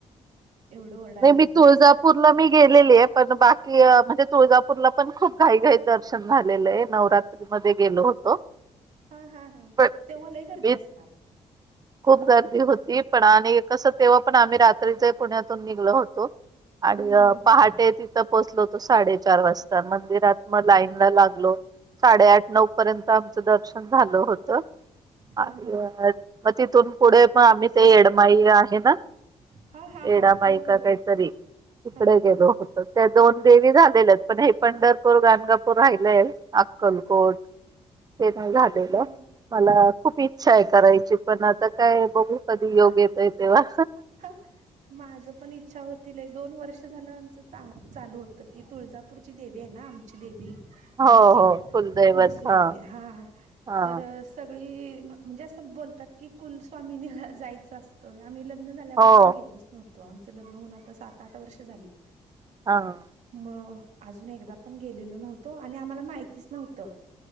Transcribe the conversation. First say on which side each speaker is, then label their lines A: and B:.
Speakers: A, on the right; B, on the right.
A: एवढं ओरडायला
B: व्हय मी
A: लागले
B: तुळजापूरला
A: मग ते सा
B: मी गेलेली आहे पण बाकी म्हणजे तुळजापूरला पण खूप घाई घाई दर्शन झालेलं आहे नवरात्र. एप्रिल मध्ये गेलो होतो.
A: हा हा हा
B: पण
A: तेवा लई गर्दी
B: मी
A: असणार.
B: खूप गर्दी होती पण आणि कस तेव्हा पण आम्ही रात्रीचे पुण्यातून निघलो होतो आणि
A: हम्म हम्म
B: पहाटे तिथ तिथं पोचलो होतो साडेचार वाजता मंदिरात म लाईन ला लागलो साडे आठ नऊ पर्यंत आमचं दर्शन झालं होत
A: हा
B: आणि
A: हा
B: म तिथून पुढे म आम्ही ते एडमाई आहे ना
A: हा हा हा
B: एडा माई
A: होय होय
B: का काय तरी तिकडे
A: हा
B: गेलो होतो त्या दोन देवी झालेल्या आहेत पण हे पंढरपूर गाणगापूर राहिलेय अक्कलकोट ते पण झालेलं
A: हो
B: मला खूप इच्छा आहे करायची पण आता काय बघू कधी योग येतोय तेव्हा
A: <inaudible> माझं पण इच्छा होती एक दोन वर्ष झालं आमचं चा चालू होतं की तुळजापूरची देवी आहे ना आम देवी
B: हो
A: घरची
B: हो कुलदैवत
A: कुलस्वामी
B: हा
A: हा
B: हा
A: तर सगळी म्हणजे असं बोलतात की कुलस्वामीनी जायचं असतं तर आम्ही लग्न झाल्यापासून
B: हो
A: गेलोच नव्हतो. आमचं लग्न होऊन आता सात -आठ वर्ष झाली.
B: हा हा हा
A: मग अजून एकदा पण गेलेलो नव्हतो आणि आम्हाला माहितीच नव्हतं.